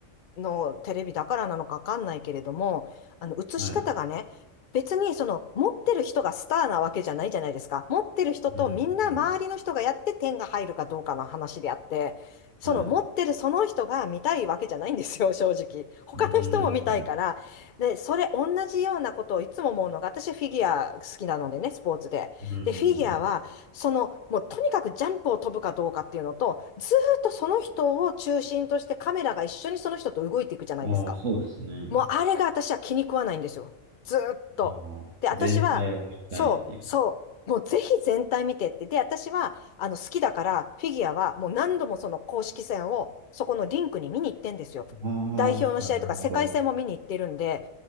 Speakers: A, on the left; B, on the right.
A: のテレビだからなのかわかんないけれども、あの、映し方がね、
B: はい、
A: 別にその、持ってる人がスターなわけじゃないじゃないですか。持ってる人とみんな周りの人がやって点が入るかどうかの話であって、
B: うん、うん、
A: その持ってるその人が見たいわけじゃないんですよ、
B: はい、
A: 正直。他の人も見たいから。
B: うん、うん、うん、
A: で、それ同じようなことをいつも思うのが、私フィギュア好きなのでね、スポーツで。
B: うん、う
A: で、フィギュアはその、
B: ん
A: もうとにかくジャンプを飛ぶかどうかっていうのと、ずーっとその人を中心としてカメラが一緒にその人と動いていくじゃないですか。
B: うん。ああ、そうですね。
A: もうあれが私は気に食わないんですよ。ずーっと。
B: ああ、
A: で、私は、
B: 全体を見たいっていう。
A: そう、そう、もうぜひ全体見てって。で、私は、あの、好きだから、フィギュアはもう何度もその公式戦を、そこのリンクに見に行ってんですよ。
B: ああ、
A: 代表の試合とか世界戦も見に行ってるんで、
B: なるほど。